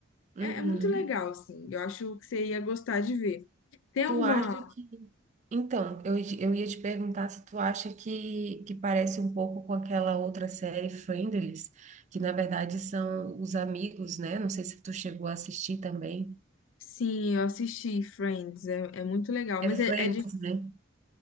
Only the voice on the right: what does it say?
Uhum.
Tu
acha que. Então, eu, eu ia te perguntar se tu acha que, que parece um pouco com aquela outra série Friendlies, que na verdade são os amigos, né? Não sei se tu chegou a assistir também.
É
Friends,
né?